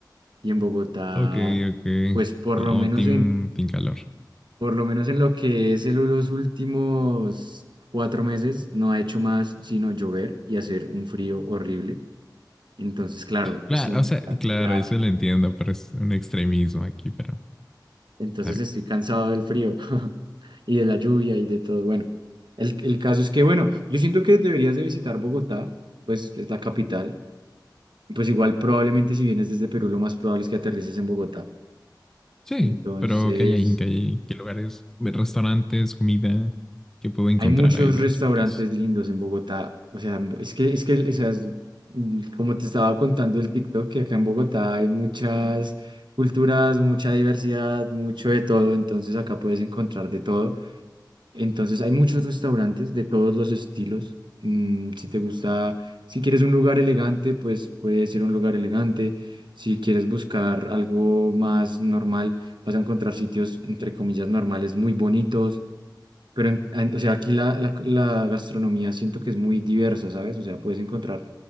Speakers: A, on the right; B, in the centre.
A: y en Bogotá,
B: ok, ok.
A: pues por
B: No,
A: lo menos
B: team,
A: en,
B: team calor.
A: por lo menos en lo que es el, los últimos cuatro meses, no ha hecho más sino llover y hacer un frío horrible. Entonces, claro,
B: Claro,
A: pues te imaginarás
B: o sea, claro,
A: que ya,
B: eso lo entiendo, pero es un extremismo aquí, pero
A: entonces
B: está bien.
A: estoy cansado del frío <laughs> y de la lluvia y de todo. Bueno, el, el caso es que, bueno, yo siento que deberías de visitar Bogotá, pues es la capital. Pues igual probablemente si vienes desde Perú, lo más probable es que aterrices en Bogotá.
B: Sí,
A: Entonces,
B: pero ¿qué hay ahí? ¿Qué hay? ¿Qué lugares? ¿Restaurantes? ¿Comida? ¿Qué puedo encontrar
A: Hay muchos
B: ahí de
A: restaurantes
B: respecto a eso?
A: lindos en Bogotá. O sea, en Bo- es que, es que, o sea, es- mm, como te estaba contando el TikTok, que acá en Bogotá hay muchas culturas, mucha diversidad, mucho de todo. Entonces acá puedes encontrar de todo. Entonces hay muchos restaurantes de todos los estilos. Mm, si te gusta, si quieres un lugar elegante, pues puede ser un lugar elegante. Si quieres buscar algo más normal, vas a encontrar sitios, entre comillas, normales muy bonitos pero, en- en- o sea, aquí la, la- la gastronomía siento que es muy diversa, ¿sabes? O sea, puedes encontrar